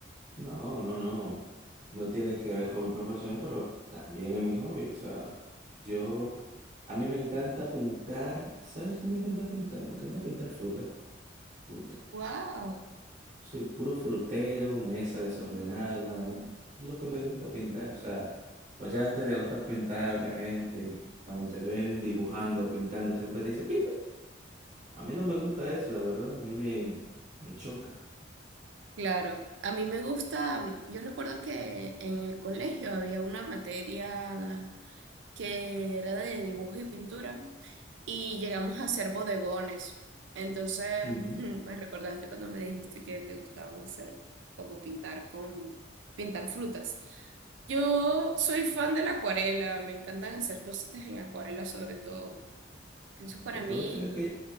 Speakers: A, on the right (about 40°); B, on the right (about 80°).
A: No, no, no. No tiene que ver con mi profesión, pero también es mi hobby. O sea, yo, a mí me encanta pintar. ¿Sabes qué me encanta pintar? Me encanta pintar fruta, fruta.
B: Wow,
A: Soy puro frutero, mesa desordenada, lo que me gusta pintar. O sea, mucha gente le gusta pintar a otra gente. y Cuando te ven dibujando o pintando, siempre te dice, pinta. A mí no me gusta eso, la verdad. A mí me, me choca.
B: claro. A mí me gusta, yo recuerdo que en el colegio había una materia. que era de dibujo y pintura, y llegamos a hacer bodegones. Entonces,
A: Ujú.
B: <laughs> me recordaste cuando me dijiste que te gustaba hacer, como pintar con, pintar frutas. Yo soy fan de la acuarela, me encantan hacer cositas en acuarela sobre todo. Eso para
A: ¿Te puedes
B: mí,
A: creer que,